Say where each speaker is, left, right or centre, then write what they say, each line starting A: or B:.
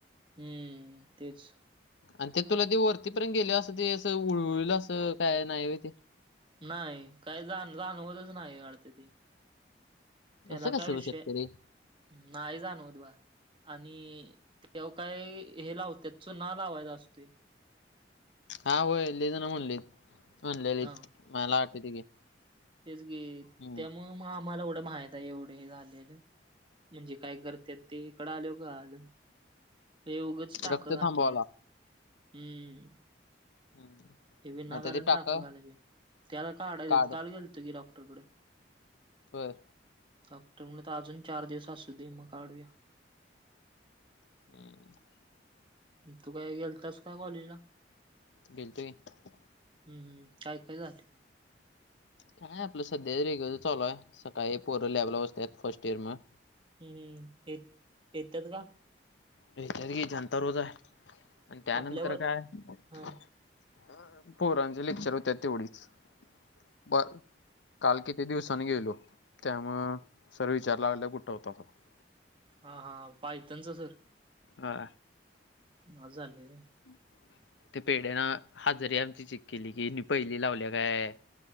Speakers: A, on the right; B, on the left.
A: हम्म तेच
B: आणि ते तुला ते वरतीपर्यंत गेले अस ते अस उळल अस काय नाही होय.
A: नाही काही जाण जाणवलच नाही वाटत ते. त्याला
B: असं कसं
A: काय विषय
B: होऊ शकतं रे?
A: नाही जाणवत <unintelligible> आणि तेव्हा काय हे लावत्यात चुना लावायचा असतोय.
B: हा होय लयजण म्हणले म्हणाल्यालेत
A: हा
B: मला आठवतय की.
A: तेच की
B: हम्म.
A: त्यामुळ मग आम्हाला एवढ माहित आहे एवढे हे झालेल. म्हणजे काय करत्यात ते इकड आल्यावर कळाल. उगच टाक
B: रक्त
A: घातल्यात.
B: थांबवायला.
A: हम्म
B: हम्म
A: ते विनाकारण
B: मग आता टाका
A: टाक घातले त्याला काढायच
B: काढ
A: आहेत काल गेलतो की डॉक्टरकडे.
B: बर.
A: डॉक्टर म्हटलीत अजून चार दिवस असू दे मग काढूया.
B: <unintelligible>
A: तू काय गेलतास का कॉलेज ला?
B: गेलतो की.
A: हम्म हम काय काय झाल?
B: काय आपलं सध्या रेगुलर चालू आहे. सकाळी पोरं लॅबला बसतात. फर्स्ट इयर मग
A: हम् हम् य येतात का?
B: हेंच्यात बी जनता रोज आहे. आणि त्यानंतर
A: आपल्यावर
B: काय हा
A: हां
B: हा पोरांचे लेक्चर होत्यात तेवढीच बरं. काल किती दिवसांनी गेलो. त्यामुळे सर विचाराय लागलेला. कुठं होतासा म्हणून,
A: हा हा पायतान चा सर.
B: हा.
A: माझ आलय.
B: <unintelligible> ते पेढ्या हाजरी आमची चेक केली की मी पहिली लावल्या काय.